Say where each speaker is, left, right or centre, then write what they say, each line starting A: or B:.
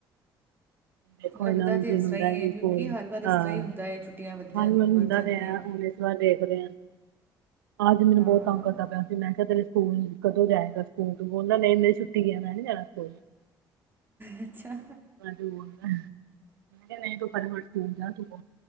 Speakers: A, on the right; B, on the right.
A: ਦੇਖੋ
B: ਲੱਗਦਾ
A: ਇਹਨਾਂ ਨੂੰ
B: ਤਾਂ
A: ਕੀ
B: ਇਸ
A: ਹੁੰਦਾ
B: ਤਰ੍ਹਾਂ ਹੀ ਹੈ
A: ਕਿ
B: ਕਿਉਂਕਿ
A: ਸਕੂਲ
B: ਹਰ ਵਾਰ ਇਸ
A: ਹਾਂ
B: ਤਰ੍ਹਾਂ ਹੀ ਹੁੰਦਾ ਹੈ ਛੁੱਟੀਆਂ ਵੱਧਣ
A: ਸਾਨੂੰ ਹੁੰਦਾ
B: ਵੱਧ ਜਾਂਦੀਆਂ।
A: ਤੇ ਹੈ ਉਹਦੇ ਦੇਖਦੇ ਹਾਂ ਅੱਜ ਮੈਨੂੰ
B: ਹਾਂ
A: ਬਹੁਤ ਤੰਗ ਕਰਦਾ ਪਿਆ ਸੀ ਮੈਂ ਕਿਹਾ ਤੇਰੇ ਸਕੂਲ ਕਦੋਂ ਜਾਏਗਾ ਸਕੂਲ ਤੋਂ ਬੋਲਦਾ ਨਹੀਂ ਛੁੱਟੀ ਐ। ਮੈ ਨਹੀ ਜਾਣਾ ਸਕੂਲ
B: ਅੱਛਾ।
A: ਮੈਂ ਕਿਹਾ ਨਹੀਂ ਤੂੰ ਫੜਫਟ ਤੂ ਜਾ ਤੂੰ <inaudible>